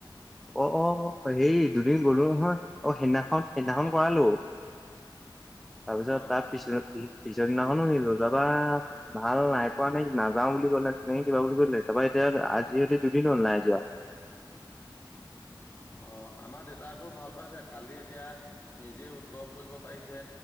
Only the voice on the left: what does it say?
অ
অ
অঁ' আমা দেউতা আকৌ ভাল পাইছে। কালি এতিয়া নিজে উদ বহ কৰিব পাৰিছে।